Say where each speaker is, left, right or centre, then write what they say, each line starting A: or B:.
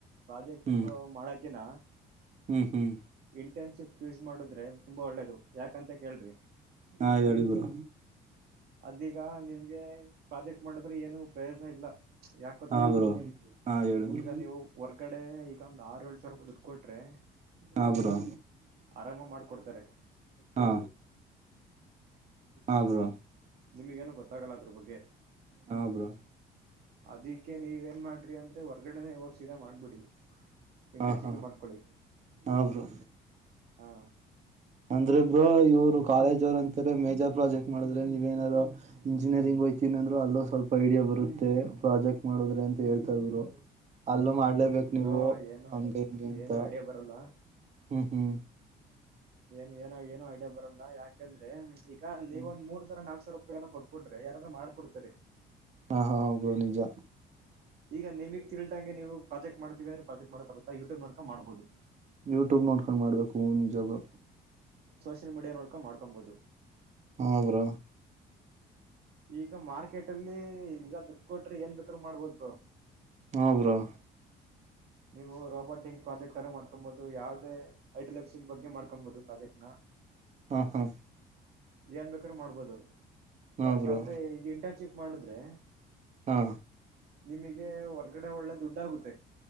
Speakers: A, on the right (about 65°); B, on the right (about 40°).
A: ಪ್ರಾಜೆಕ್ಟ್
B: ಹ್ಮ್
A: ಮಾಡಕಿನ
B: ಹ್ಮ್ ಹ್ಮ್
A: ಇಂಟರ್ನ್ಶಿಪ್ ಚೂಸ್ ಮಾಡುದ್ರೆ ತುಂಬಾ ಒಳ್ಳೇದು ಯಾಕಂತ ಕೇಳ್ರಿ
B: ಹಾ ಹೇಳಿ ಬುರು
A: ಅದೀಗ ನಿಮ್ಗೆ ಪ್ರಾಜೆಕ್ಟ್ ಮಾಡದ್ರೆ ಏನು ಪ್ರಯೋಜನ ಇಲ್ಲ ಯಾಕತ್ತಾ
B: ಹಾ ಬ್ರೋ ಹಾ ಹೇಳಿ ಬ್ರೋ
A: ಈಗ ನೀವು ಹೊರ್ಗಡೆ ಡೆ ಈಗ ಒಂದ್ ಆರು ಏ ಸಾವರ ರೂಪಾಯ ದುಡು ಕೊಟ್ರೆ
B: ಹಬರಾ
A: ಆರಾಮ ಮಾಡ್ಕೊಡ್ತಾರೆ
B: ಹಾ ಹ್ರ
A: ನಿಮಗೇನೂ ಗೊತ್ತಾಗಲ್ಲ ಅದ್ರ ಬಗ್ಗೆ
B: ಹಾ ಬ್ರೋ
A: ಅದಿಕ್ಕೆ ನೀವೇನ್ ಮಾಡ್ರಿ ಅಂದ್ರೆ ಹೊರ್ಗಡೆನೆ ಹೋಗ ಮಾಡ್ಬಿಡಿ ಪಿಂಟರ್
B: ಹಾ ಹಾ
A: ಚಿಪಿ ಮಾಡ್ಕೊಳ್ಳಿ
B: ಹಾ ಬ್ರೋ
A: ಹಾ
B: ಅಂದ್ರೆ ಇಬ್್ರೋ ಇವ್ರು ಕಾಲೇಜ್ ಅವರು ಅಂತಾರೆ ಮೇಜರ್ ಪ್ರಾಜೆಕ್ಟ್ ಮಾಡಿದ್ರೆ ನೀವೇನಾದಾರರು ಇಂಜಿನಿಯರಿಂಗ್ ಯತನಂದ್ರರು ಅೋ ಸ್ವಲ್ಪ ಐಡಿಯಾ ಬರುತ್ತೆ ಪ್ರಾಜೆಕ್ಟ್ ಮಾಡದ್ರೆ ಅಂತ ಹೇಳ್ತಾ ಇದ್ರು ಅಲ್ಲೋ ಮಾಡ ಇಲೇಬೇಕು
A: ಬ್ರೋ
B: ನೀವು
A: ಏನು
B: ಹಂಗಗೆ ಹಂಗೆ ಅಂತ
A: ಏನು ಐಡಿಯಾ ಬರಲ್ಲ
B: ಹ್ಮ್ ಹ್ಮ್
A: ಏನ್ ಏ ಏನು ಡಾ ಬರಲ್ಲ ಯಾಕಂದ್ರೆ ಈಗ ನೀವ
B: ಹ್ಮ್
A: ಒಂದ್ ಮೂರ್ ಸಾವರ ನಾಕ್ ಸಾವರ ಕೊಟ್ಕಟ್ರೆ ಯಾರಾದ್ರೂ ಮಾಡ್ಕ ಕೊಡ್ತರಿ
B: ಹಾ ಹಾ ಪ್ರಣಿಜ
A: ಈಗ ನಿಮಗ್ ತಿಳಿದಂಗೆ ನೀವು ಪ್ರಾಜೆಕ್ ಮಾಡ್ತೀವಿಂದ್ರೆ ಪ್ರಾಜೆಕ್ಟ್ ಮಾಡಕರುತ್ತಾ ಯೂಟ್ಯೂಬ್ ಮಾಡ್ಕ ಮಾಡಬಹದು
B: ಯೂಟ್ಯೂಬ್ ನೋಡ್ಕೊಂಡು ಮಾಡ್ಬೇಕು ಹೂನ್ ಜಾಗ
A: ಮರ್ಕ ಮಾಡ್ಕೊಬಹುದು
B: ಹೋಗ್ರ
A: ಈಗ ಮಾರ್ಕೆಟ್ ಅಲ್ಲಿ ಈಗ ದು ಕೊಟ್ರೆ ಏನ್ ದುಕ್ಕ್ರ ಮಾಡ್ಬೋದ
B: ಹ ಬ್ರೋ
A: ನೀವು ರೋಬೋಟಿಕ್ ಪ್ರಾಜೆಕ್ಟ್ರೂ ಮಾಡ್ಕೊಬಹುದು ಯಾವವುದೇ ಐಟಲೆಕ್ಸಿಂಗ ಬಗ್ಗೆ ಮಾಡ್ಕೊಬಹುದು ಪ್ರಾಜೆಕ್ಟ್ ನ
B: ಹಾ ಹಾ
A: ಏನ್ ಬೇಕಾರ ಮಾಡ್ಬೋದು
B: ಹಾ
A: ಬಟ್
B: ಬ್ರೋ
A: ಆದ್ರೆ ಇದು ಇಂಟರ್ನ್ಶಿಪ್ ಮಾಡುದ್ರೆ
B: ಹಾ
A: ನಿಮಗೆ ಹೊರ್ಗಡೆ ಒಳ್ಳೆ ದುಡ್ಡ ಆಗುತ್ತೆ